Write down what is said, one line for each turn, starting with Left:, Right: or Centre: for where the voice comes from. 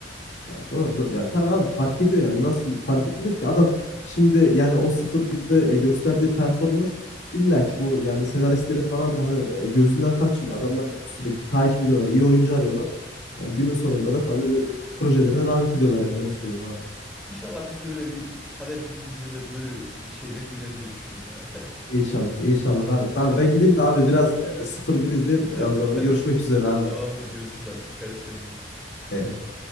Left: Ya doğru doğru. Yani tabii abi fark ediyor yani. Nasıl fark
Centre: ya.
Left: etmeyecek ki? Adam şimdi yani o sıfır birde e, gösterdiği performans illa ki bu yani senaristlerin falan da hani e, gözünden kaçmıyor. Adamlar
Centre: Evet.
Left: sürekli takip ediyorlar. iyi oyuncu arıyorlar. Yani günün sonunda da tabii böyle
Centre: Evet.
Left: projelerine davet ediyorlar yani öyle söyleyeyim abi.
Centre: İnşallah biz de öyle bir kader bir gün bize de böyle bir şeyle güler diye düşünüyorum ya.
Left: İnşallah, inşallah abi.
Centre: <laughs>
Left: Tamam
Centre: İyi bakalım.
Left: ben gideyim de abi biraz e, 0-1 izleyeyim.
Centre: <laughs>
Left: E, o zaman görüşmek üzere abi.
Centre: Tamamdır görüşürüz hadi dikkat et kendine.
Left: E,